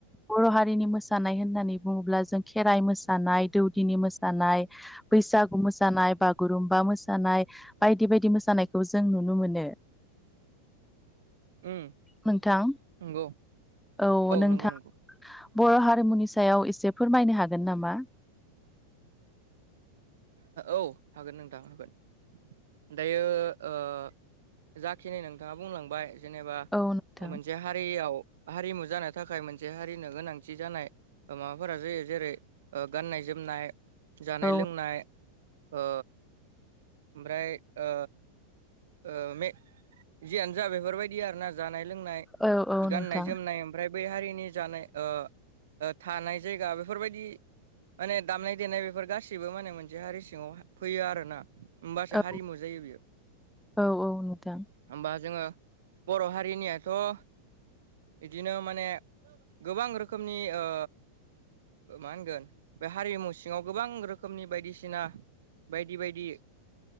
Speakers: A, in the centre; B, on the right (about 60°).
A: बर' हारिनि मोसानाय होननानै बुङोब्ला जों खेराइ मोसानाय दौदिनि मोसानाय बैसागु मोसानाय बागुरुमबा मोसानाय बायदि बायदि मोसानायखौ जों नुनो मोनो
B: उम
A: नोंथां
B: नंगौ
A: औ नोंथां
B: नंगौ नंगौ
A: बर' हारिमुनि सायाव एसे फोरमायनो हागोन नामा
B: औ हागोन नोंथां हागोन दायो ओ जाखिनि नोंथाङा बुंलांबाय जेनेबा
A: औ नोंथां
B: मोनसे हारियाव हारिमु जानो थाखाय मोनसे हारिनो गोनांथि जानाय माबाफोरा जायो जेरै गाननाय जोमनाय जानाय
A: औ
B: लोंनाय ओ ओमफ्राय ओ ओ मे जियानो जा बेफोरबायदि आरोना जानाय लोंनाय
A: औ औ नोंथां
B: गाननाय जोमनाय ओमफ्राय बै हारिनि जानाय ओ थानाय जायगा बेफोरबायदि माने दामनाय देनाय बेफोर गासैबो माने मोनसे हारि सिङाव फैयो आरोना होमबासो
A: औ
B: हारिमु जायो बियो
A: औ औ नोंथां
B: होमबा जोङो बर' हारिनियाथ' इदिनो माने गोबां रोखोमनि ओ मा होनगोन बे हारिमु सिङाव गोबां रोखोमनि बायदिसिना बायदि बायदि